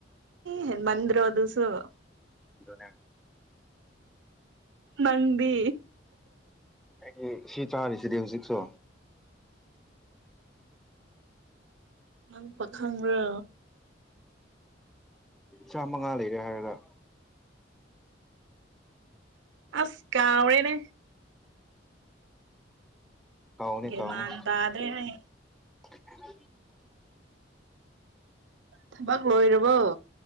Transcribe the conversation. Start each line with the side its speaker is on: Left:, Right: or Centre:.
Right: ꯍ ꯃꯟꯔꯣ ꯑꯗꯨꯁꯨꯣ
Centre: ꯅ
Right: ꯃꯟꯗꯤ
Centre: ꯑꯦ ꯁꯤ ꯆꯥꯔꯤꯁꯤꯗꯤ ꯍꯧꯖꯤꯛꯁꯨ
Right: ꯅꯪ ꯄꯥꯈꯪ꯭ꯔꯣ
Centre: ꯆꯃ ꯉꯥ ꯂꯩꯔ ꯍꯥꯏꯗ
Right: ꯑꯁ ꯀꯅꯦ
Centre: ꯀꯥꯎꯅꯤ
Right: ꯒꯃꯗ
Centre: ꯀꯥꯎꯅꯤ
Right: ꯑꯗꯨ꯭ꯔꯦꯅꯦ
Centre: <inaudible>
Right: ꯊꯕꯥꯛ ꯂꯣꯏꯔꯔꯕꯣ